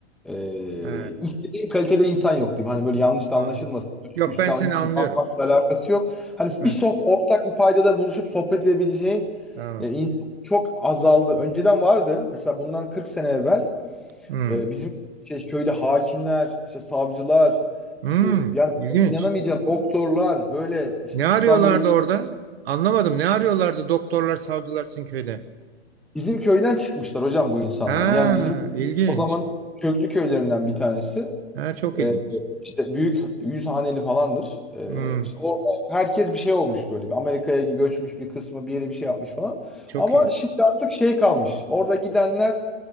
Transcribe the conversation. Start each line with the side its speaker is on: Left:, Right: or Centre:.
Centre: e,
Right: he,
Centre: istediğin kalitede insan yok diyeyim. Hani böyle yanlış da
Right: anladım.
Centre: anlaşılmasın. Böyle
Right: Yok
Centre: üstten
Right: ben seni
Centre: hani bir
Right: anlıyorum.
Centre: bakmakla alakası yok. Hani bir
Right: Heh,
Centre: sohbet, ortak bir paydada buluşup sohbet edebileceğin
Right: tamam.
Centre: e, insan çok azaldı. Önceden vardı. Mesela bundan 40 sene evvel
Right: Hmm,
Centre: e, bizim şey, köyde hakimler, işte savcılar,
Right: hmm,
Centre: işte yani
Right: ilginç.
Centre: inanamayacağın doktorlar böyle işte
Right: Ne arıyorlardı
Centre: İstanbul'a
Right: orada? Anlamadım. Ne arıyorlardı doktorlar, savcılar sizin köyde?
Centre: bizim köyden çıkmışlar hocam bu insanlar.
Right: Ha,
Centre: Yani bizim
Right: ilginç.
Centre: o zaman köklü köylerinden bir tanesi.
Right: Ha, çok
Centre: E,
Right: ilginç.
Centre: işte büyük yüz haneli falandır. E,
Right: Hmm,
Centre: işte orada herkes bir şey olmuş böyle. Bir Amerika'ya göçmüş bir kısmı bir yere bir şey yapmış falan.
Right: çok
Centre: Ama
Right: iyi.
Centre: şimdi artık şey kalmış. Orada gidenler